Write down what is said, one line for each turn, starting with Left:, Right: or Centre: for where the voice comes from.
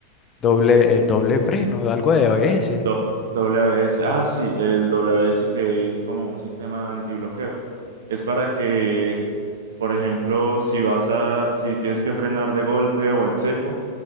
Left: doble, el doble freno, algo de ABS.
Right: do- W S ah, sí, el W S que es como un sistema antibloqueo. Es para que Por ejemplo, si vas a, si tienes que frenar de golpe o en seco,